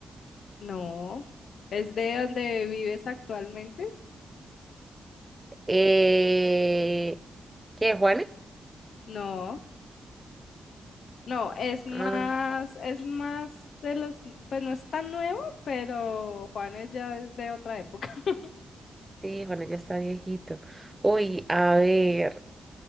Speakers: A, on the left; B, on the right.
A: no. ¿Es de donde vives actualmente?
B: Eh, ¿qué, Juanes?
A: No. No, es más,
B: Ah.
A: es más de los, pues no es tan nuevo, pero Juanes ya es de otra época. <laughs>
B: Sí, bueno, ya está viejito. Uy, a ver.